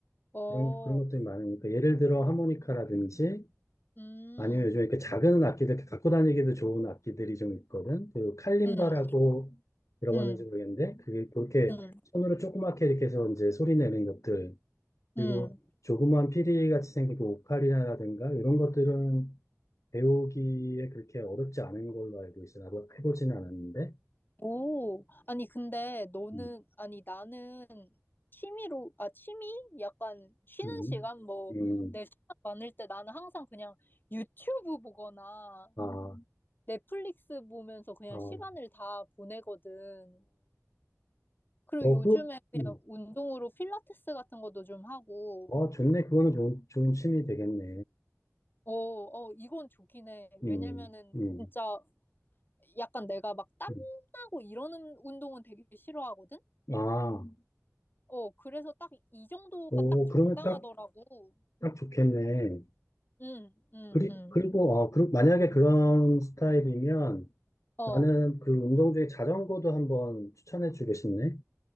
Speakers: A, on the left; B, on the left.
A: 어,
B: 그런, 그런 것들이 많으니까, 예를 들어 하모니카라든지,
A: 음,
B: 아니면 요즘 이렇게 작은 악기들 이렇게 갖고 다니기도 좋은 악기들이 좀 있거든. 그 칼림바라고
A: 음,
B: 들어봤는지
A: 음,
B: 모르겠는데 그게 그렇게
A: 음,
B: 손으로 조그맣게 이렇게 해서 이제 소리 내는 것들
A: 음.
B: 그리고 조그만 피리 같이 생긴 그 오카리나라든가 이런 것들은 배우기에 그렇게 어렵지 않은 걸로 알고 있어. 나도 해보지는 않았는데.
A: 오, 아니, 근데 너는,
B: 음,
A: 아니, 나는 취미로, 아, 취미? 약간 쉬는
B: 음,
A: 시간, 뭐,
B: 음,
A: 내 시간 많을 때 나는 항상 그냥 유튜브 보거나
B: 아,
A: 넷플릭스 보면서 그냥
B: 아, 어,
A: 시간을 다 보내거든. 그리고
B: 어,
A: 요즘에
B: 그,
A: 그냥
B: 음,
A: 운동으로 필라테스 같은 것도 좀 하고,
B: 어, 좋네. 그거는 좋은, 좋은 취미 되겠네.
A: 어, 어, 이건 좋긴 해. 왜냐면은
B: 음, 음,
A: 진짜 약간 내가 막 땀나고
B: 음.
A: 이러는 운동은 되게 싫어하거든?
B: 아.
A: 어, 그래서 딱 이 정도가
B: 오,
A: 딱 적당하더라고.
B: 그러면 딱, 딱 좋겠네.
A: 응, 응,
B: 그리,
A: 응.
B: 그리고, 아, 그, 만약에 그런 스타일이면
A: 어,
B: 나는 그 운동 중에 자전거도 한번 추천해 주고 싶네.